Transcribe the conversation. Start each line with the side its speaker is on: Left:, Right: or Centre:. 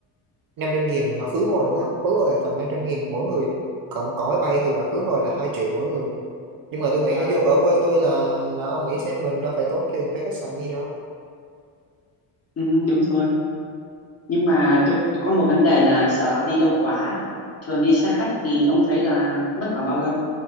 Right: 500 nghìn là khứ hồi luôn á Khứ hồi là tầm 500 nghìn mỗi người. Còn còn máy bay thì là khứ hồi là 2 triệu mỗi người. Nhưng mà tôi nghĩ
Left: wow
Right: ở vô ở quê tôi là là ông nghĩ xem mình đâu phải tốn tiền thuê khách sạn gì đâu.
Left: ừ, đúng rồi nhưng mà tôi có một vấn đề là sợ nó đi lâu quá ấy. thường đi xe khách thì ông thấy là mất khoảng bao lâu